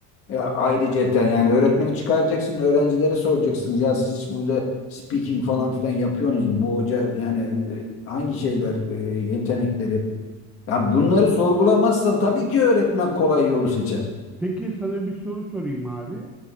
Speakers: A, on the left (about 40°); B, in the centre.
A: Ya ayrıca yani öğretmeni çıkaracaksın, öğrencilere soracaksınız. Ya siz hiç burada speaking falan filan yapıyorsunuz mu? Bu hoca yani e, hangi şeyler, e, yetenekleri? Ya bunları sorgulamazsan tabii ki öğretmen kolay yolu seçer.
B: Peki sana bir soru sorayım abi.